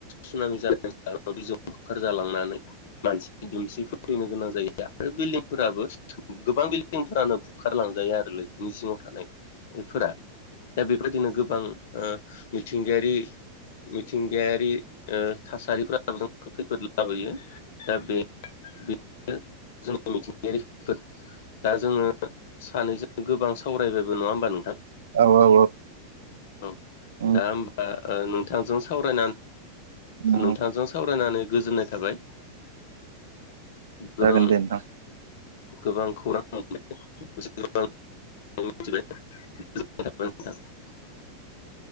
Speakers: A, on the left; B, on the right.
A: सुनामि जानायनि जाहोनाव बुखार जालांनानै मानसि दुमसिफोर फैनो गोनां जायो। आरो बिल्डंफोराबो गोबां बिल्डिंफोरानो बुखारलांजायो आरो लैथोनि जिङाव थानाय बेफोरा दा बेफोरदिनो गोबां मिथिंगायारि मिथिंगायारि थासारिफोराबो जों खैफोद लाबोयो दा बे बे जों मिथिंगायारि दा जोङो सानैजों गोबां सावरायबायबो नङा होमबा नोंथां
B: औ औ
A: औ
B: औ औ
A: दा होमबा नोंथांजों सावराय
B: उम,
A: नोंथांजों सावरायनानै गोजोननाय थाबाय गोबां
B: जागोन दे नोंथां
A: गोबां खौरां <unintelligible> <unintelligible>